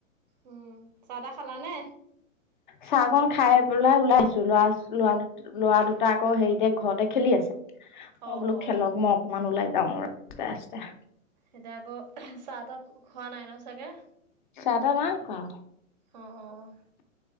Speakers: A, on the right; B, on the left.
A: উম চাহ তাহ খালানে?
B: চাহকন খাই পেলাই ওলাই আহিছো। লৰা লৰা লৰা দুটা আকৌ হেৰিতে ঘৰতে খেলি আছে। মই
A: অ
B: বোলো
A: অ
B: খেলক মই অকমান ওলাই যাওঁ ৰাস্তা ৰাস্তা।
A: এতিয়া আকৌ চাহ তাহ খোৱা নাই নহয় চাগে।
B: চাহ তাহ নাইখোৱা।
A: অঁ অঁ।